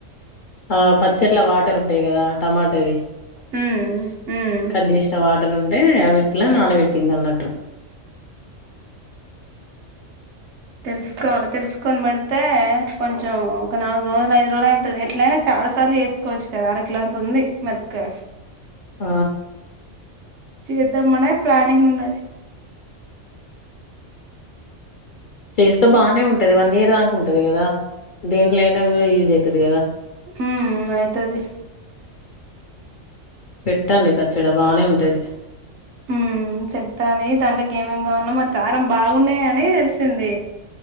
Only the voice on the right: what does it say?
మ్మ్ మ్మ్
తెలుసుకోవాల తెలుసుకొని పెడితే కొంచెం ఒక నాలుగు రోజులు ఐదు రోజులు అయితది ఎట్లైనా చాలాసార్లు చేసుకోవచ్చు కదా అరకిలంతా ఉంది మిరపకాయ.
చేద్దామనే ప్లానింగ్ ఉన్నది.
మ్మ్ అయితది.
మ్మ్ చెప్పనే దాంట్లోకి ఏమేమి గవనో మరి కారం బాగున్నాయి అని తెలిసింది